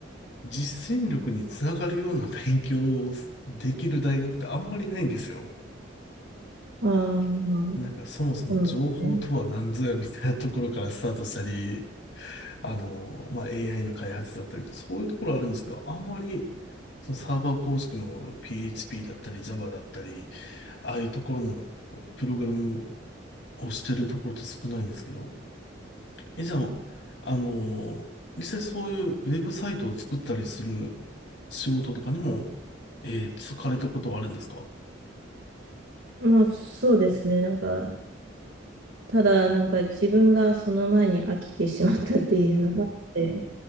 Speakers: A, on the left (about 70°); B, on the right (about 65°).
A: 実践力につながるような勉強をできる大学ってあんまりないんですよ。
B: ああ、まあ、
A: なんかそもそも情報とは何ぞやみたいなところからスタートしたり、
B: そうですね。
A: あの、まあ、AI の開発だったり、そういうところあるんですけど、あんまりそのサーバー構築の PHP だったり Java だったり、ああいうところのプログラムをしてるところって少ないんですけど、え、じゃあ、あのー実際そういうウェブサイトを作ったりする仕事とかにも、えー、就かれたことはあるんですか
B: まあ、そうですね。なんか、ただ、なんか自分がその前に飽きてしまったっていうのがあって、